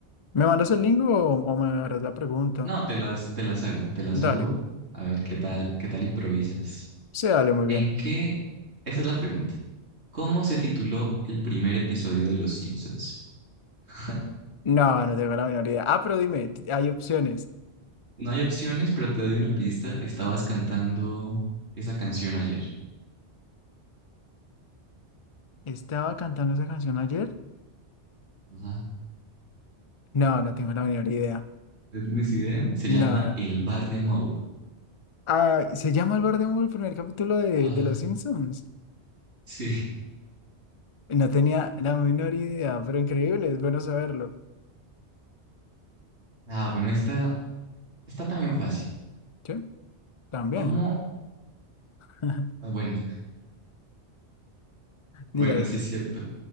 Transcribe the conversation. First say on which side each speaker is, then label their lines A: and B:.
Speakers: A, on the left (about 40°); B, on the right (about 65°).
A: ¿Me mandas el link o, o me harás la pregunta?
B: No, te las, te las hago, te las
A: Dale.
B: hago. A ver qué tal, qué tal improvisas.
A: Sí, dale, muy
B: ¿En
A: bien.
B: qué? Esta es la pregunta. ¿Cómo se tituló el primer episodio de Los Simpsons? <laughs>
A: No, no tengo la menor idea. Ah, pero dime, t- hay opciones.
B: No hay opciones, pero te doy una pista. Estabas cantando esa canción ayer.
A: ¿Estaba cantando esa canción ayer?
B: Ajá.
A: No, no tengo la menor idea.
B: ¿No tienes idea? Se
A: No.
B: llama El Bar de Moe.
A: Ah, se llama El Albert Moon el primer capítulo de,
B: Ah,
A: de Los Simpsons.
B: sí.
A: No tenía la menor idea, pero increíble, es bueno saberlo.
B: Ah, bueno, esta está también fácil.
A: Sí, también.
B: ¿Cómo?
A: <laughs>
B: Ah, bueno, bueno,
A: Dila, dila.
B: sí es cierto.